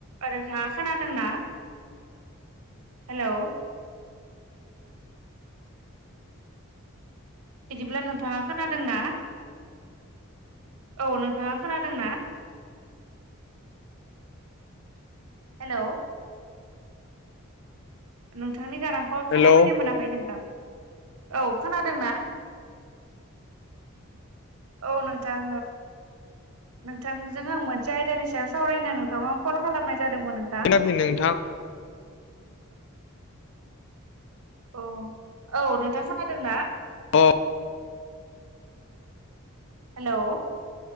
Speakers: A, on the right; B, on the left.
A: ओ नोंथाङा खोनादोंना? हेलौ बिदिब्ला नोंथाङा खोनादोंना? औ नोंथाङा खोनादों ना? हेलौ नोंथांनि गारांखौ खोनाफैनो
B: हेलौ
A: मोनाखै नोंथां औ खोनादों ना? औ नोंथां नोंथांजों आं मोनसे आयदानि सायाव सावरायनो नों नोंथा कल खालामनाय जादोंमोन नोंथां
B: खोनायाखै नोंथां
A: अ औ नोंथां खोदोंना
B: अ
A: हेल'